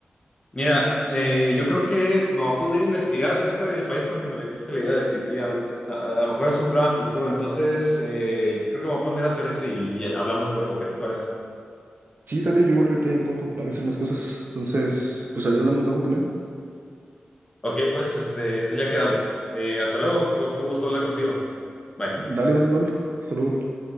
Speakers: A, on the left (about 25°); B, on the right (about 65°).
A: Mira, eh, yo creo que me voy a poner a investigar acerca del país porque me vendiste la idea definitivamente. A, a lo mejor es un plan a futuro, entonces eh, yo creo que me voy a poner a hacer eso y hablamos luego, ¿qué te parece?
B: Sí, dale, yo igual ahorita ya me tengo que ocupar de hacer unas cosas. Entonces, pues ahí hablamos luego también.
A: Ok, pues este, entonces ya quedamos. Eh, hasta luego, fue fue un gusto hablar contigo. Bye.
B: Dale, dale igual. Saludos.